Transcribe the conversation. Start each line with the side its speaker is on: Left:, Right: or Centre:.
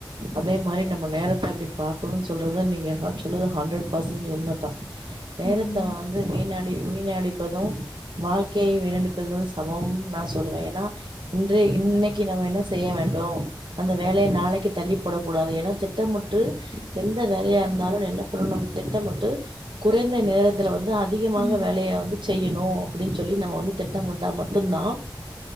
Right: அதே மாரி நம்ம நேரத் ட அப்டி பாக்கணும் சொல்றத நீங்க ஹாஸ் சொல்லுது ஹண்ட்ரட் பர்சன்ச் உண்ம தா நேரத்த
Left: ம்
Right: வந்து வீணாக் டி வீணடிப்பதும் வாழ்க்கையே வீணடிப்பதுக்கு சமம் நா சொல்லுவே ஏன்னா இன்றை இன்னைக்கி நம்ம என்ன செய்ய வேண்டு அந்த வேலைய நாளைக்கு தள்ளிப்போடக் கூடாது ஏனா திட்டமிட் ட்டு எந்த வேலயா இருந்தாலு நா என்ன அப்றோ நம்ம திட்டமிட்டு குறைந்த நேரத்துல வந்து அ அதிகமாக
Left: ம் ம்
Right: வேலைய வந்து செய்யணு அப்டின்னு சொல்லி நம்ம வந்து திட்டமிட்டா மட்டுந்தா